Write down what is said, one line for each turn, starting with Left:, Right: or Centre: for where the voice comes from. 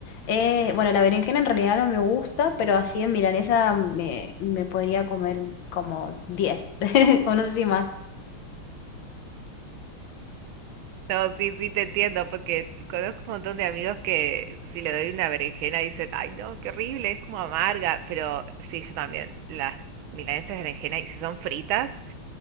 Left: Eh, bueno, la berenjena en realidad no me gusta, pero así en milanesa me, me podría comer como 10 <laughs> o no sé si más.
Right: No, sí, sí te entiendo, porque conozco un montón de amigos que si le doy una berenjena dicen, ay no, qué horrible, es como amarga, pero sí, yo también, las milanesas de berenjena, y si son fritas,